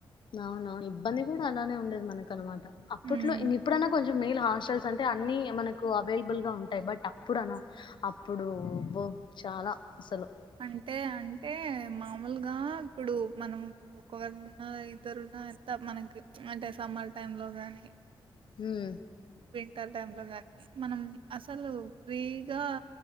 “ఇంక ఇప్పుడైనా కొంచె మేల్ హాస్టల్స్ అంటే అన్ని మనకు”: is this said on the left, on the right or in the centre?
Left